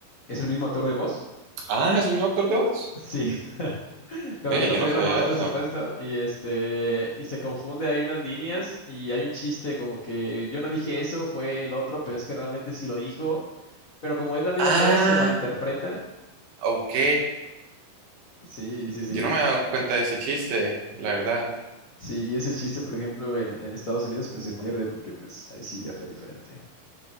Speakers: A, on the left; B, on the right.
A: es el mismo actor de voz.
B: Ah, ¿es el mismo actor de voz?
A: Sí. <laughs> Como
B: Ve,
A: que no
B: yo
A: tuvieron
B: no sabía
A: más presupuesto
B: eso.
A: y este y se confunde, hay unas líneas y hay un chiste como que yo no dije eso, fue el otro, pero es que realmente sí lo dijo, pero como es la misma
B: Ah,
A: voz se malinterpreta.
B: ok.
A: Sí, sí, sí.
B: Yo no me había dado cuenta de ese chiste, la verdad.
A: Sí, y ese chiste, por ejemplo, en, en Estados Unidos pues se pierde porque pues ahí sí ya fue diferente.